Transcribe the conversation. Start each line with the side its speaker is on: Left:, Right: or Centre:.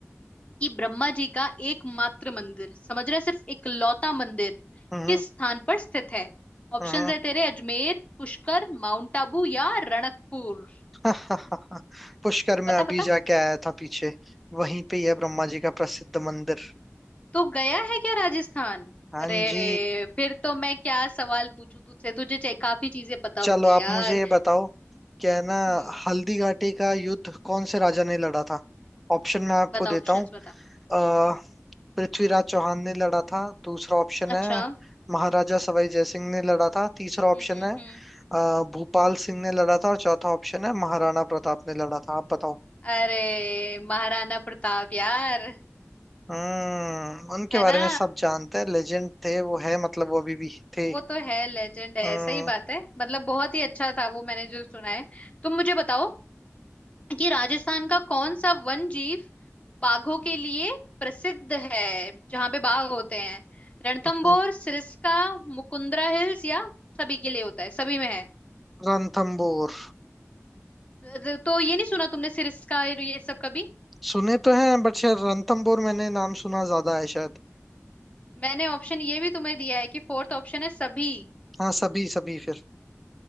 Left: कि ब्रह्मा जी का एकमात्र मंदिर समझ रहे सिर्फ इकलौता मंदिर
Centre: हम्म
Left: किस स्थान पर स्थित है ऑप्शंस
Centre: हम्म।
Left: है तेरे अजमेर पुष्कर माउंट आबू या रणकपुर
Centre: <laughs> पुष्कर में
Left: बता
Centre: अभी
Left: बता
Centre: जाके आया था पीछे वहीं पे ही है ब्रह्मा जी का प्रसिद्ध मंदिर
Left: तो गया है क्या राजस्थान
Centre: हाँ
Left: अरे
Centre: जी
Left: फिर तो मैं क्या सवाल पूछूं तुझसे तुझे चे- काफी चीजें पता
Centre: चलो
Left: होगी
Centre: आप
Left: यार
Centre: मुझे ये बताओ क्या है ना
Left: हम्म
Centre: हल्दी घाटी का युद्ध कौन से राजा ने लड़ा था ऑप्शन मैं आपको
Left: बता
Centre: देता
Left: ऑप्शंस
Centre: हूँ
Left: बता
Centre: अ,
Left: हम्म
Centre: पृथ्वीराज चौहान ने लड़ा था दूसरा ऑप्शन
Left: अच्छा
Centre: है महाराजा सवाई जय सिंह ने लड़ा था तीसरा ऑप्शन
Left: हम्म
Centre: है
Left: हम्म
Centre: अ, भूपाल सिंह ने लड़ा था और चौथा ऑप्शन है महाराणा प्रताप ने लड़ा था आप बताओ
Left: अरे महाराणा प्रताप यार
Centre: हम्म उनके
Left: है
Centre: बारे
Left: ना
Centre: में सब जानते हैं लेजेंड थे वो है मतलब वो अभी भी थे
Left: वो तो है लेजेंड है
Centre: हम्म
Left: सही बात है मतलब बहुत ही अच्छा था वो मैंने जो सुना है तुम मुझे बताओ कि राजस्थान का कौन सा वन जीव बाघों के लिए प्रसिद्ध है जहां पे बाघ होते हैं रणथंभौर
Centre: हम्म।
Left: सिरस्का मुकुंदरा हिल्स या सभी के लिए होता है सभी में
Centre: रणथंबोर
Left: है तो ये नहीं सुना तुमने सिरस्का और ये सब कभी
Centre: सुने तो हैं बट शायद रणथंबोर मैंने नाम सुना ज्यादा है शायद
Left: मैंने ऑप्शन ये भी तुम्हें दिया है कि फोर्थ ऑप्शन है सभी
Centre: हाँ सभी सभी फिर